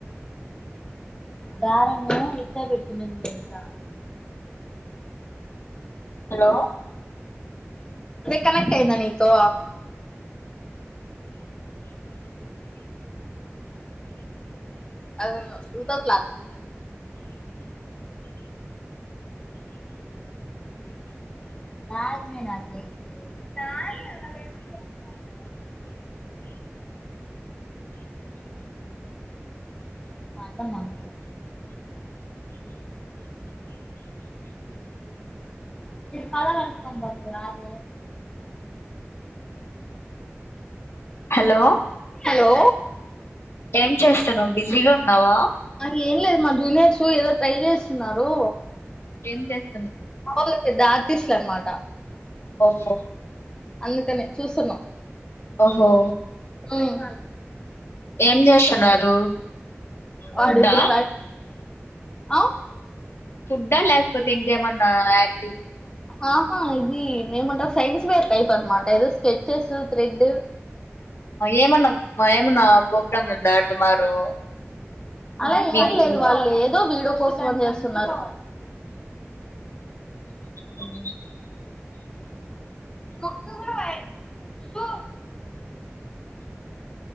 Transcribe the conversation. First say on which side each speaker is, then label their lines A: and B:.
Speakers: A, on the left; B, on the left.
A: దారము ఇద్ద పెడుతునని దెలుసా
B: హలో
A: కనెక్ట్ అయిందా నీకు అదేమో <inaudible> క్లాక్ రాజు నే నేను అట్లా అయితే <unintelligible> అదా మనందర కలర్ అపంతు రా అద
B: హలో
A: హలో
B: ఏం చేస్తానవ్ బిజీగా ఉన్నావా
A: అది ఏం లేదు మా జూనియర్స్ ఏదో ట్రై చేస్తున్నారు
B: ఎం చెస్
A: అ ద <unintelligible> తీస్లాండ్న్మాట
B: ఓహో
A: అందుకనే చూసున్నాం
B: ఓహో
A: ఉమ్
B: ఏం చేస్తున్నారు
A: వాడిప్పుడు
B: ఫుడ్డా
A: ఆ
B: ఫుడ్డా లేకపోతే ఇంకేమన్నా లైక్
A: ఆహా ఇది నేమ్ ఉంటారు సైన్స్ పేర్ టైప్ అన్మట ఏదో స్కెచ్చస్ థ్రెడ్
B: ఏమన్నా ఏమన్నా ప్రోగ్రామ్ ఉందా టుమారో
A: అలా
B: మీకు
A: ఏం లేదు వాళ్ళు ఏదో వీడియో కోసం ఫోన్ జెస్తున్నారు
B: అవు <unintelligible>
A: తోక్క కూడా పాయె తు